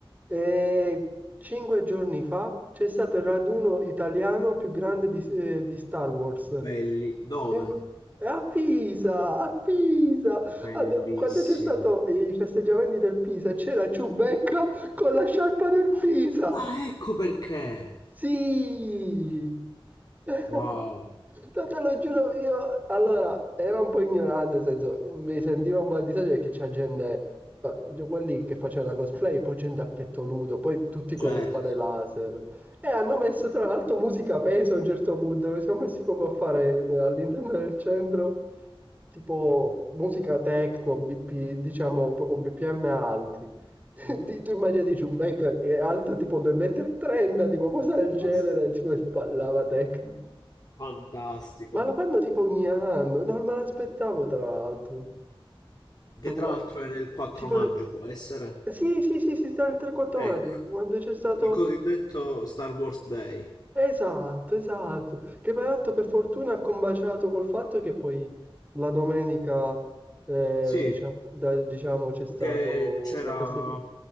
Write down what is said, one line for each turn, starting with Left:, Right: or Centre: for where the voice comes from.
Right: E cinque giorni fa c'è stato il raduno italiano più grande di, eh, di Star Wars.
Left: belli, dove?
Right: In- A Pisa, a Pisa,
Left: Bellissimo.
Right: Ah, no, quando c'è stato i festeggiamenti del Pisa c'era Ciubecca con la sciarpa del Pisa.
Left: Ah, ecco perché.
Right: Sì, <laughs>
Left: Wow,
Right: No, te lo giuro, io allora era un po' ignorante, nel senso mi sentivo un po' a disagio perché c'è gente, eh, quelli che facevano la cosplay, poi gente a petto nudo, poi tutti
Left: certo.
Right: con le spade laser. E hanno messo tra l'altro musica a peso a un certo punto, dove siamo messi proprio a fare in- all'interno del centro tipo musica techno, BP, diciamo proprio BPM alti. <laughs>
Left: Mhm.
Right: Di- Tu immaginati Giubecca che è alto tipo 2,30 m, tipo cosa
Left: Fantastico.
Right: del genere, tipo e ballava techno.
Left: Fantastico.
Right: Ma lo fanno tipo ogni anno, non me l'aspettavo tra l'altro.
Left: Che
Right: Una-
Left: tra l'altro era il 4
Right: Tipo...
Left: maggio, può essere?
Right: Sì, sì, sì, sì, tra il 3-4
Left: Ecco,
Right: maggio, quando c'è stato...
Left: il cosiddetto Star Wars Day.
Right: Esatto, esatto. Che peraltro per fortuna ha combaciato col fatto che poi la domenica, eh,
Left: Sì,
Right: diciamo, da- diciamo, c'è stato
Left: che c'era...
Right: la prestazione.